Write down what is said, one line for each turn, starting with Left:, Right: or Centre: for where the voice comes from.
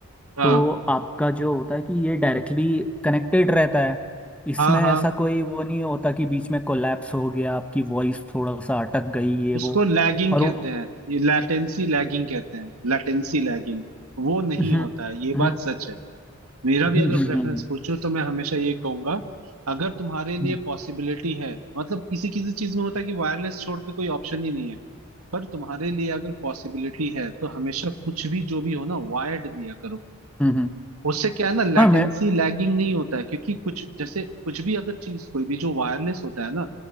Right: हाँ
Centre: तो आपका जो होता है कि ये डायरेक्टली कनेक्टेड रहता है इसमें
Right: हाँ हाँ
Centre: ऐसा कोई वो नहीं होता कि बीच में कोलैप्स हो गया आपकी वॉइस थोड़ा सा अटक गई ये
Right: उसको
Centre: वो
Right: लैगिंग
Centre: और
Right: कहते
Centre: वो
Right: हैं ये लैटेंसी लैगिंग कहते हैं लैटेंसी लैगिंग वो नहीं
Centre: हम्म
Right: होता है ये
Centre: हम्म
Right: बात सच है मेरा भी
Centre: हम्म
Right: अगर प्रेफरेंस
Centre: हम्म
Right: पूछो तो मैं हमेशा ये कहूंगा अगर तुम्हारे
Centre: हम्म,
Right: लिए पॉसिबिलिटी है मतलब किसी किसी चीज में होता है कि वायरलेस छोड़ के कोई ऑप्शन ही नहीं है पर तुम्हारे लिए अगर पॉसिबिलिटी है तो हमेशा कुछ भी जो भी हो ना वायर्ड लिया करो
Centre: हम्म, हम्म,
Right: उससे क्या है ना लैटेंसी
Centre: हाँ मैं
Right: लैगिंग नहीं होता है क्योंकि कुछ जैसे कुछ भी अगर चीज कोई भी जो वायरलेस होता है ना